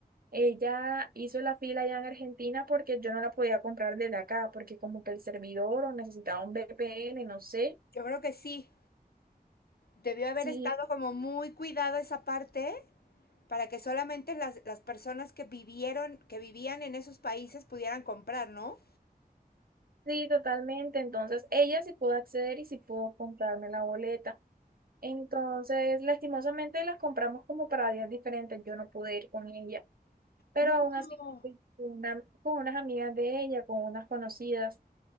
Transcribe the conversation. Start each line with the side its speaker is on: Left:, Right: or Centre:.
Right: Ella hizo la fila allá en Argentina porque yo no la podía comprar desde acá, porque como que el servidor o necesitaba un VPN, no sé.
Left: yo creo que sí. Debió haber
Right: Sí,
Left: estado como muy cuidado esa parte para que solamente las, las personas que vivieron, que vivían en esos países pudieran comprar, ¿no?
Right: sí, totalmente. Entonces ella sí pudo acceder y sí pudo comprarme la boleta. Entonces, lastimosamente las compramos como para días diferentes. Yo no pude ir con ella, pero
Left: No.
Right: aún así fui con una, con unas amigas de ella, con unas conocidas.